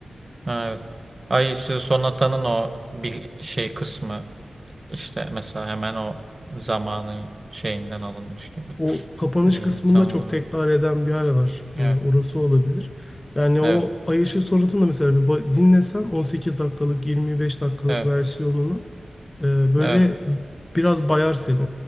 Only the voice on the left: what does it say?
O kapanış
kısmında
çok tekrar eden bir yer var. Ee,
orası olabilir. Yani o
Ay Işığı Sonatı'nı da mesela bir ba- dinlesen 18 dakikalık, 25 dakikalık
versiyonunu e, böyle
biraz bayar seni.